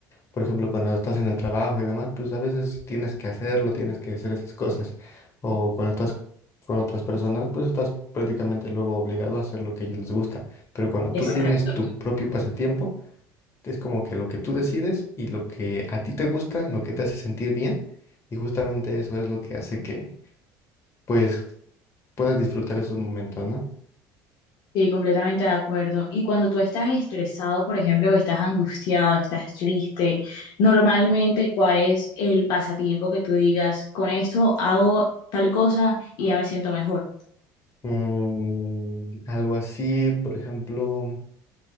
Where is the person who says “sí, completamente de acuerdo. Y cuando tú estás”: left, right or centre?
Left